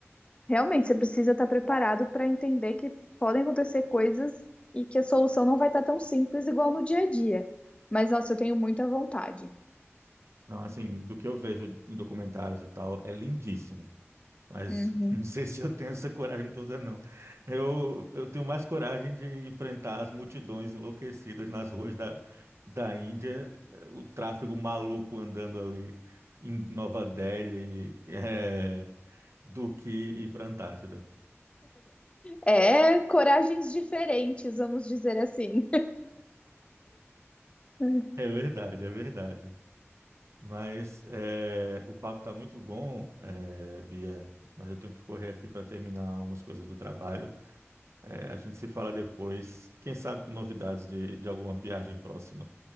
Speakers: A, on the left; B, on the right.
A: realmente, você precisa estar preparado para entender que podem acontecer coisas e que a solução não vai estar tão simples igual no dia a dia. Mas, nossa, eu tenho muita vontade.
B: Não, assim, do que eu vejo em documentários e tal, é lindíssimo. Mas
A: Uhum.
B: <laughs> não sei se eu tenho essa coragem toda, não. Eu, eu tenho mais coragem de enfrentar as multidões enlouquecidas nas ruas da, da Índia, eh, o tráfego maluco andando ali em Nova Delhi, é, do que ir para a Antártida.
A: É coragens diferentes, vamos dizer assim. <laughs>
B: É verdade, é verdade. Mas é, o papo está muito bom, é, Bia, mas eu tenho que correr aqui para terminar umas coisas do trabalho. É, a gente se fala depois. Quem sabe com novidades de, de alguma viagem próxima.